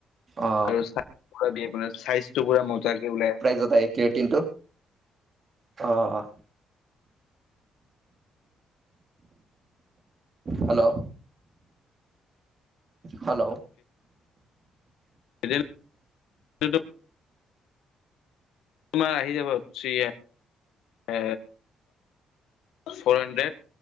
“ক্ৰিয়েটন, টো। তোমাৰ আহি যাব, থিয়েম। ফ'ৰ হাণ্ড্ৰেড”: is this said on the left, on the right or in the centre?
Left